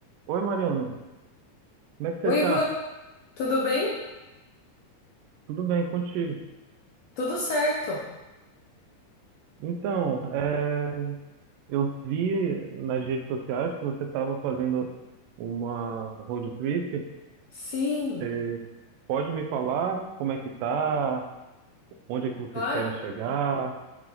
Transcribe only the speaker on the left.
Oi,
Ivan, tudo bem?
Tudo certo.
Sim,
claro.